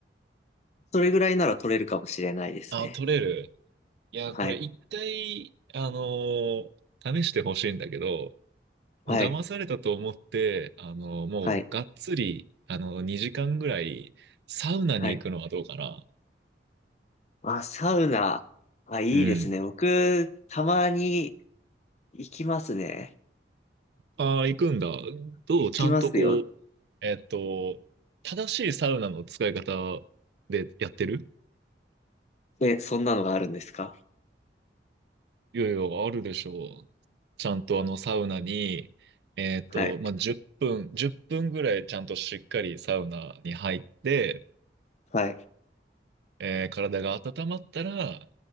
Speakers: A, on the left; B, on the right.
A: それぐらいなら取れるかもしれないですね。
B: あ、取れる。いや、
A: はい、
B: これ一回、あのー試してほしいんだけど、
A: はい、
B: もう騙されたと思って、あのーもう、
A: はい、
B: がっつり、あの2時間ぐらい、サウナに行くのはどうかな。
A: はい。まあ、サウナ、あ、いいですね。
B: うん
A: 僕、たまに行きますね。
B: ああ、行くんだ。どうちゃんとこう、
A: 行きますよ。
B: えっと、正しいサウナの使い方でやってる
A: え、そんなのがあるんですか
B: いやいや、あるでしょう。ちゃんとあのサウナに、えっと、
A: はい。
B: まあ、10分、1分ぐらいちゃんとしっかりサウナに入って、
A: はい。
B: えー体が温まったら、